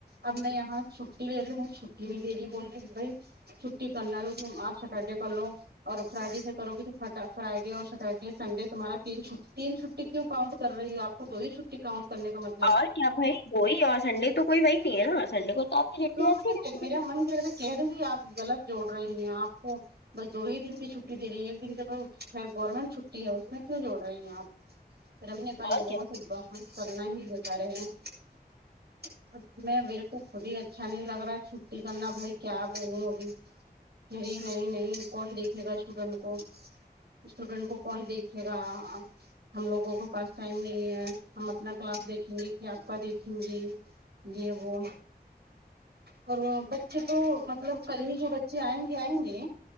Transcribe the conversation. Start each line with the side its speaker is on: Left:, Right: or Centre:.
Right: اب میں یہاں چھٹی لے رہی ہوں چھٹی نہیں دے رہی بول رہی بھائی چھٹی کرنا ہے تو تم آج سٹرڈے کر لو اور فرائیڈے سے کرو گی تو فرائیڈے اور سیٹرڈے سنڈے تمہارا تین چھٹی تین چھوٹی کیوں کاؤنٹ کر رہی ہو آپ دو ہی چھٹی کاؤنٹ کرنے کا مط
Left: اور کیا بھائی وہی اور سنڈے تو کوئی وہی نہیں ہے نا سنڈے کو تو اپ کی چھٹی
Right: تو
Left: ایسی ہی رہتی
Right: میرا
Left: ہے
Right: من کہرہا ہے کہہ دی آپ غلط جوڑ رہی ہیں آپ کو بس دو ہی دن کی چھٹی دے رہی ہیں ایک دن کے تو گورنمنٹ چھٹی ہے اس میں کیوں جوڑ رہی ہیں آپ رمنے کائ <unintelligible>
Left: اور
Right: لو
Left: کیا
Right: صبا کرنا ہی بتا رہے ہیں میں میرے کو خود ہی اچھا نہیں لگ رہا ہے چھٹی کرنا بھائی کیا بولوں ابھی نہیں نہیں کون دیکھے گا اسٹوڈنٹ کو اسٹوڈینٹ کو کون دیکھے گا ہم لوگوں کے پاس ٹائم نہیں ہے ہم اپنا کلاس دیکھیں گے کہ آپ کا دیکھیں گے یہ وہ اور وہ بچے تو مطلب کل ہی جو بچے آئیں گے آئیں گے